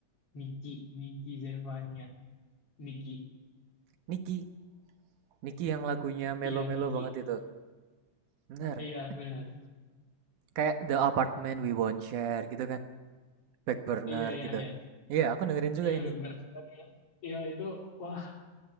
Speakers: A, on the left; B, on the right.
A: Niki, Niki Zevania. Niki,
B: Niki, Niki yang lagunya melo-melo
A: iya Niki.
B: banget itu. Bener,
A: Iya benar.
B: kayak The Apartment We Won't Share gitu kan, Back Burner
A: Iya, iya,
B: gitu.
A: iya.
B: Iya, aku dengerin juga
A: Iya,
B: ini.
A: benar. Iya itu, wah,